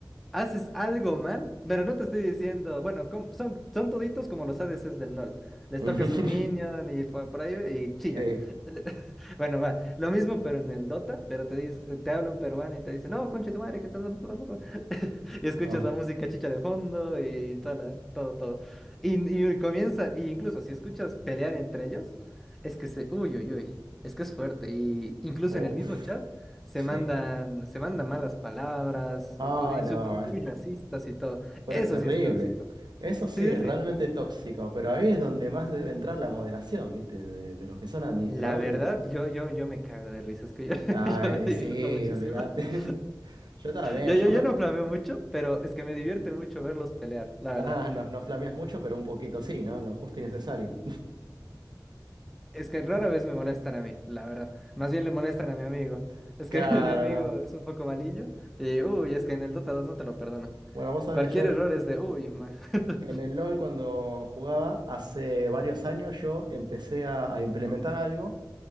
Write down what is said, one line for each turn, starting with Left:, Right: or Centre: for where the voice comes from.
Centre: haces algo mal, pero no te estoy diciendo, bueno, com- son, son toditos como los ADCs del LOL. Les
Right: <laughs>
Centre: toca su minion y por, por ahí y chillan.
Right: Sí.
Centre: <laughs> Bueno, va, lo mismo pero en el Dota, pero te dice, te habla un peruano y te dice, no, conche tu madre, que estás... <laughs> Y escuchas
Right: No.
Centre: la música chicha de fondo y toda la- todo, todo. Y, y comienzan, y incluso si escuchas pelear entre ellos, es que se, uy, uy, uy, es que es fuerte. Y incluso
Right: Uf.
Centre: en el mismo chat. Se
Right: Sí.
Centre: mandan, se mandan malas palabras,
Right: Ah,
Centre: eh, co- insultos
Right: no. es-
Centre: muy racistas y todo.
Right: pero
Centre: Eso
Right: es terrible.
Centre: sí es tóxico.
Right: Eso sí
Centre: Sí,
Right: es
Centre: sí,
Right: realmente
Centre: sí.
Right: tóxico, pero ahí es donde más debe entrar la moderación, ¿viste? De, de los que son administradores.
Centre: La verdad, yo, yo, yo me cago de risa, es que yo, <laughs>
Right: Ah,
Centre: yo
Right: eh,
Centre: me divierto
Right: sí,
Centre: muchísimo.
Right: olvídate.
Centre: <laughs>
Right: <laughs> Yo también,
Centre: Yo,
Right: yo
Centre: yo, yo
Right: me.
Centre: no flameo mucho, pero es que me divierte mucho verlos pelear, la
Right: Ah,
Centre: verdad.
Right: no, no flameas mucho, pero un poquito
Centre: Mm,
Right: sí, ¿no? Lo justo y necesario.
Centre: Es que rara vez me molestan a mí, la verdad. Más bien le molestan a mi amigo.
Right: <laughs>
Centre: Es
Right: Claro,
Centre: que <laughs> mi amigo
Right: no.
Centre: es un poco malillo y, uy, es que en el Dota 2 no te lo perdonan.
Right: Bueno, vos sabés
Centre: Cualquier
Right: que yo en,
Centre: error es de, uy, ma- <laughs>
Right: En el LOL, cuando jugaba hace varios años, yo empecé a, a implementar algo